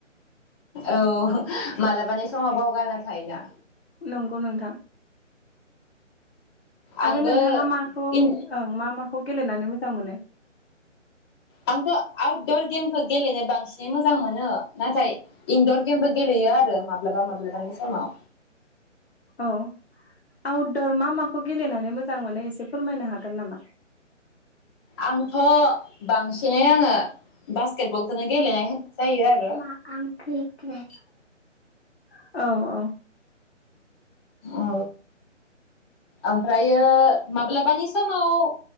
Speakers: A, on the left; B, on the left.
A: औ मालाबानि समाव बावगारना थायोना
B: नंगौ नोंथां आरो
A: आंबो
B: नोंथाङा माखौ
A: इन
B: ओं मा माखौ गेलेनानै जांमोनो
A: आंथ' आउटदर गेमखौ गेलेनो बांसिनै मोजां मोनो नाथाय इनदर गेमबो गेलेयो आरो माब्लाबा माब्लाबानि समाव
B: औ आउटदर मा माखौ गेलेनानै मोजां मोनो एसे फोरमायनो हागोन नामा?
A: आंथ' बांसिनै आङो बास्केटबलखौनो गेलेनाय जायो आरो
B: <unintelligible> औ औ
A: औ ओमफ्रायो माब्लाबानि समाव